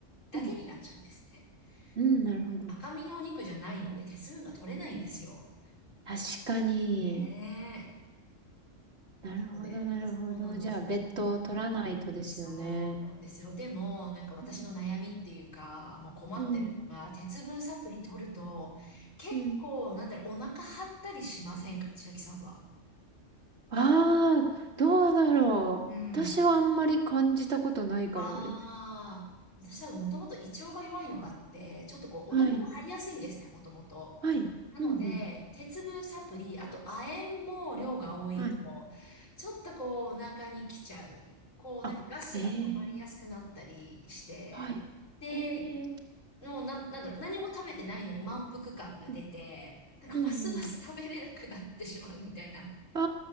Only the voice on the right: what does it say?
うん。うん。
なるほど。
うん確かに。
なるほど、
なるほど。
じゃあ、別途取らないとですよね。
うん。
うん。
うん。
ああ、どうだろう。
私はあんまり感じたことないかもです。
はい。
はい。
うんうん。
はい。
あ、ええ、はい。
へえ。
うん
うんうん。あ